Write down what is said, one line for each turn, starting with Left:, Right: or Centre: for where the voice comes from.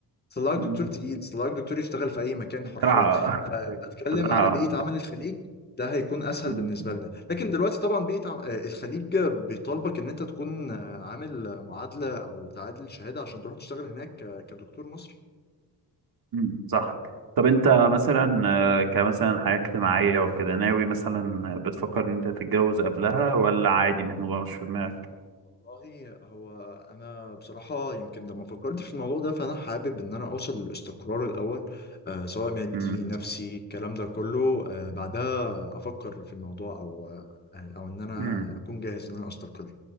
Left: طلعك
Right: مم.
Left: دكتور تقيل طلعك دكتور يشتغل في اي مكان
Right: بصراحة
Left: حرفيا
Right: آه.
Left: بتتكلم
Right: بصراحة
Left: على بيئه عمل
Right: آه.
Left: الخليج ده هيكون اسهل
Right: مم.
Left: بالنسبه لنا لكن دلوقتي طبعا بيئه ع- آه، الخليج بيطالبك ان انت تكون آه، عامل آه، معادله او تعادل شهاده عشان تروح تشتغل هناك آه، كدكتور مصري
Right: مم. صح طب انت مثلا آه، كمثلا حياة اجتماعية وكده ناوي مثلا بتفكر ان انت تتجوز قبلها ولا عادي مش موضوع مش في دماغك
Left: والله هو انا بصراحه يمكن لما فكرت في الموضوع ده فانا حابب ان انا اوصل للاستقرار الاول آه، سواء مادي
Right: مم.
Left: نفسي الكلام ده كله آه، بعدها افكر في الموضوع او آه، او ان انا
Right: امم
Left: اكون جاهز ان انا استقر